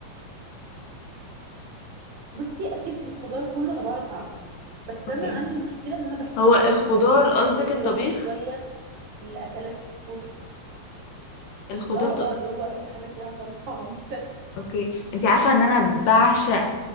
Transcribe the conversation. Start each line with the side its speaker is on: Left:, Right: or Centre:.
Right: بصي اكيد الخضار كله انا بعرف اعمله بس
Left: اوكي
Right: انا عندي مشكله ان انا بحب
Left: هو
Right: ابدع
Left: الخضار
Right: في الاكل فبتلاقيني
Left: قصدك الطبيخ
Right: رحت شويه للاكلات الكوري
Left: الخضار
Right: اه
Left: ت...
Right: اه اللي هو اي حاجه فيها صلصه <laughs> عامه
Left: اوكي انت عارفه ان انا بعشق